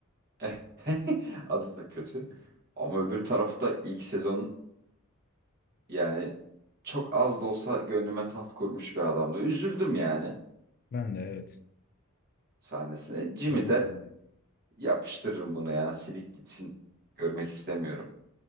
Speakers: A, on the right; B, on the left.
A: <laughs> Adı da kötü. Ama öbür tarafta ilk sezon yani çok az da olsa gönlüme taht kurmuş bir adamdı. Üzüldüm yani
B: Ben de evet.
A: sahnesine. Jimmy
B: Yazık
A: der
B: oldu.
A: yapıştırırım bunu ya. Sidik gitsin. Görmek istemiyorum.